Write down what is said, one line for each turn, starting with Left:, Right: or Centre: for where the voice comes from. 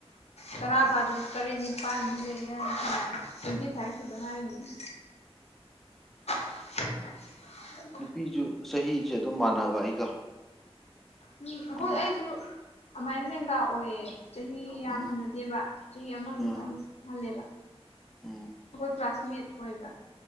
Left: ꯇꯔꯥ ꯐꯥꯗ ꯇꯔꯦꯠ ꯅꯤꯄꯥꯜ ꯂꯩ ꯌꯥꯔꯤꯁꯦ ꯌꯥ ꯇ꯭ꯋꯦꯟꯇꯤ ꯐꯥꯏꯚꯁꯨꯨ ꯑꯗꯨꯉꯥꯏꯅꯦ <unintelligible>
Centre: ꯅꯨꯄꯤꯁꯨ ꯆꯍꯤꯁꯦ ꯑꯗꯨꯝ ꯃꯥꯟꯅꯕ ꯑꯩꯒ
Left: ꯎꯝ ꯑꯩꯈꯣꯏ
Centre: ꯑꯗꯨꯅ
Left: ꯑꯩꯁꯨ ꯑꯗꯨꯃꯥꯏꯅ ꯂꯦꯡꯒꯥ ꯑꯣꯏꯌꯦ ꯆꯍꯤ ꯌꯥꯝ
Centre: ꯎꯝ
Left: ꯍꯟꯅꯗꯦꯕ ꯆꯍꯤ ꯑꯃꯃꯨꯛꯇꯪ
Centre: ꯎꯝ
Left: ꯍꯜꯂꯦꯕ
Centre: ꯎꯝ
Left: ꯑꯩꯈꯣꯏ ꯀ꯭ꯂꯥꯁꯃꯦꯠ ꯑꯣꯏꯕ